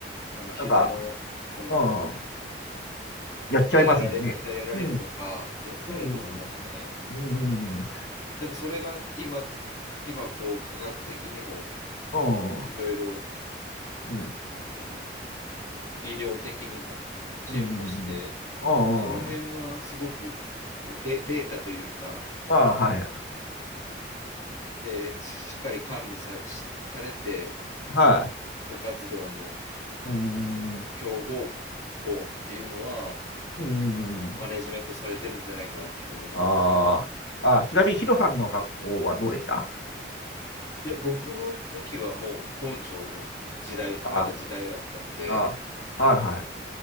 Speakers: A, on the left; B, on the left.
A: あの、膝の、
B: なんか、
A: この、
B: うん、やっちゃいますもんね。
A: とかやられ、膝やられるとか、
B: うん、
A: 絶対あると思いますね。
B: うん、うん、うん、うん、
A: でもそれが今、今こう、科学的にも、
B: うん、
A: いろいろ、
B: うん、
A: うん、医療的にも進歩して、
B: うん、うん、
A: まあその辺はすごくで、
B: あ
A: データというか、
B: あ、はい、
A: で、ししっかり管理さ、しされて、
B: はい、
A: 部活動も
B: うん、
A: 強豪校っていうのは、
B: うん、
A: マネジメントされてるんじゃないかなっていうふうに思うんですけど、
B: ああ、あ、ちなみにヒロさんの学校はどうでした
A: いや、僕の時はもう根性の時代、
B: あ、
A: まだ時代だったので、
B: あ、はい、はい。